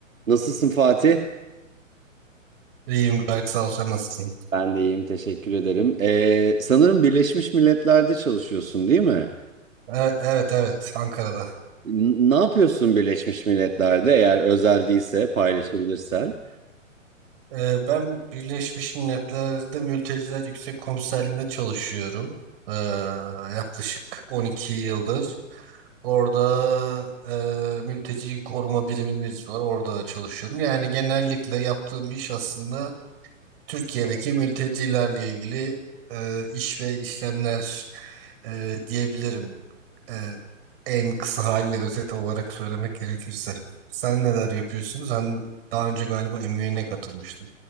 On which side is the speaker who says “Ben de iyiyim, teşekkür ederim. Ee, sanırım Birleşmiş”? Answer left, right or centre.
Right